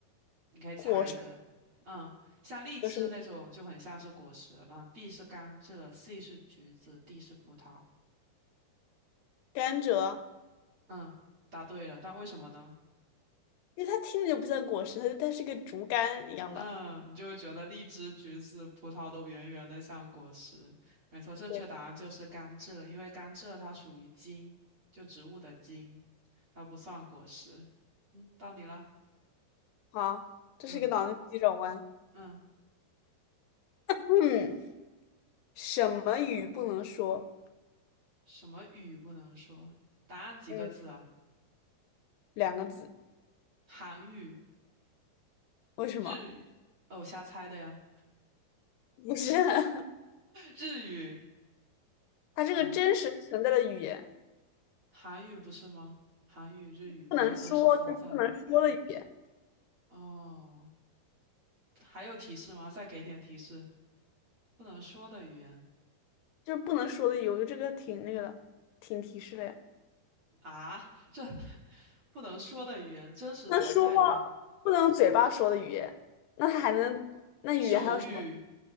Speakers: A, on the right; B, on the left.
A: 你可以猜一个，
B: 果实
A: 嗯，像荔枝那种就很像是果实，
B: 有什么？
A: 那 B 是甘蔗，C 是橘子，D 是葡萄。
B: 甘蔗，
A: 嗯，答对了，但为什么呢？
B: 因为它听着就不像果实，它它是个竹竿一样的。
A: 嗯，你就会觉得荔枝、橘子、葡萄都圆圆的像果实。没错，正确答案就是甘蔗，
B: 对，
A: 因为甘蔗它属于茎，就植物的茎，它不算果实。嗯，到你了。
B: 好，这是个脑筋急转弯。
A: 嗯嗯，
B: 嗯，什么语不能说？
A: 什么语不能说？答案几个字啊？
B: 嗯，两个字，
A: 韩语、
B: 为什么？
A: 日语。哦，瞎猜的呀。
B: 不是，<laughs>
A: 日语，
B: 它是个真实存在的语言，
A: 嗯、韩语不是吗？韩语、日语不是真实存在
B: 不能说就不能说的语言，
A: 哦。还有提示吗？再给点提示。不能说的语言
B: 就是不能说的语言。我觉得这个挺那个的，挺提示的呀。
A: 啊，这 <laughs> 不能说的语言，真实存在语言，
B: 那说话不能用嘴巴说的语言，那它还能，那语言还有什么？
A: 手语